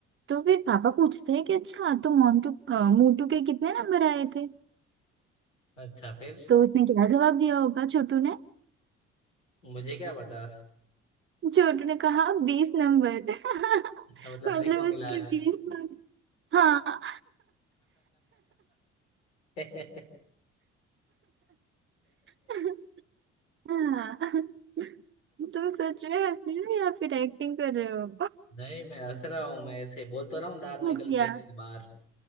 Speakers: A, on the right; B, on the left.
A: तो फिर पापा पूछते हैं कि अच्छा तो मोंटू अ, मोटू के कितने नंबर आए थे
B: अच्छा फिर
A: तो उसने क्या जवाब दिया होगा छोटू ने
B: मुझे क्या पता
A: छोटू ने कहा बीस नंबर <laughs>
B: अच्छा मतलब
A: मतलब
B: जीरो
A: उसके
B: मिला है
A: बीस मार्क्स हाँ
B: <laughs>
A: <laughs> हाँ <laughs> तुम सच में हंस रही हो या फिर एक्टिंग कर रहे हो
B: नहीं मैं हंस रहा हूँ मैं ऐसे बोल तो रहा हूँ दांत
A: <laughs>
B: निकल
A: क्या
B: गए मेरे बाहर